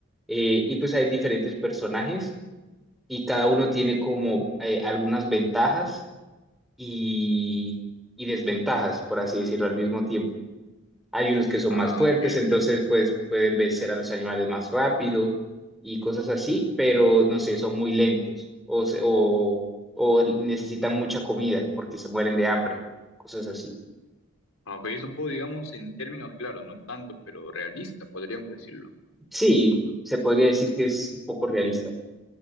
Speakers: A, in the centre; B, on the left.
A: Eh, y pues hay diferentes personajes y cada uno tiene como eh, algunas ventajas y, y desventajas, por así decirlo, al mismo tiempo. Hay unos que son
B: ah,
A: más fuertes,
B: ok,
A: entonces
B: ok.
A: pues pueden vencer a los animales más rápido y cosas así, pero no sé, son muy lentos o, se- o, o necesitan mucha comida porque se mueren de hambre, cosas así.
B: Ok, es un juego, digamos, en términos claros, no tanto, pero realista, podríamos decirlo.
A: Sí, se podría decir que es un poco realista.